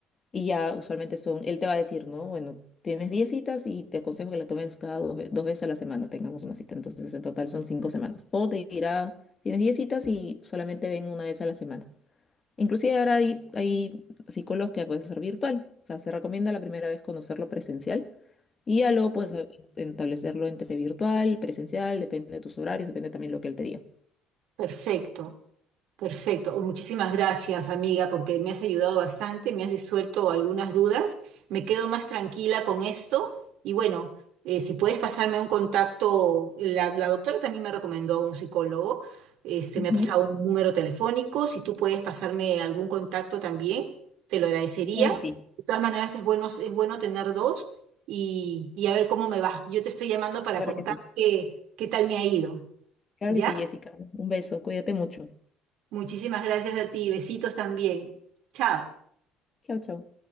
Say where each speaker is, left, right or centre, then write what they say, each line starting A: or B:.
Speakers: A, on the left; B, on the right.
A: Y ya usualmente son, él te va a decir, ¿no? Bueno, tienes 10 citas y te aconsejo que la tomes cada dos, ve- dos veces a la semana, tengamos una cita. Entonces, en total son 5 semanas. O te dirá, tienes 10 citas y solamente ven una vez a la semana. Inclusive ahora hay, hay psicólogos que puedes hacer virtual, o sea, se recomienda la primera vez conocerlo presencial y ya luego puedes eh, establecerlo entre virtual, presencial, depende de tus horarios, depende también lo que él te diga.
B: Perfecto, perfecto. Muchísimas gracias, amiga, porque me has ayudado bastante, me has disuelto algunas dudas. Me quedo más tranquila con esto. Y bueno, eh, si puedes pasarme un contacto, la, la doctora también me recomendó un psicólogo. Este,
A: Ujú,
B: me ha pasado un número telefónico. Si tú puedes pasarme algún contacto también, te lo agradecería.
A: Claro que sí,
B: De todas maneras, es bueno, es bueno tener dos y, y a ver cómo me va. Yo te estoy llamando para
A: claro
B: contar
A: que sí.
B: qué, qué tal me ha ido.
A: Claro
B: ¿Ya?
A: que sí, Jessica. Un beso, cuídate mucho.
B: Muchísimas gracias a ti. Besitos también. Chao.
A: Chao, chao.